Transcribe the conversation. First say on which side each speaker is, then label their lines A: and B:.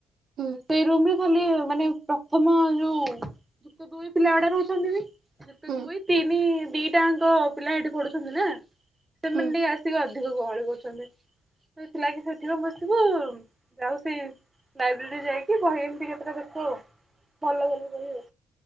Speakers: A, on the right; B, on the right.
A: ହୁଁ
B: ସେଇ ରୁମ ରେ ଖାଲି ମାନେ ପ୍ରଥମ ଯୋଉ ଯୁତ ଦୁଇ ପିଲା ଗୁଡା ରହୁଛନ୍ତି ବି ଯେତେ
A: ହୁଁ
B: ଦୁଇ ତିନି ଦିଟାଙ୍କ ପିଲା ଏଇଠି ପଢୁଛନ୍ତି ନା ସେମାନେ
A: ହୁଁ
B: ଟିକେ ଆସିକି ଅିକ- ସେିକ ଗହଳି କରୁଛନ୍ତି ସେଥିଲାଗି ସେଠପ ବସିବୁ ଯାଉ ସେଇ ଲାଇବ୍ରେରୀ ଯାଇକି ବହି ଏମତି କେତେଟା ଦେଖୁ ଆଉ ଭଲଭଲ ବହି ଆଉ।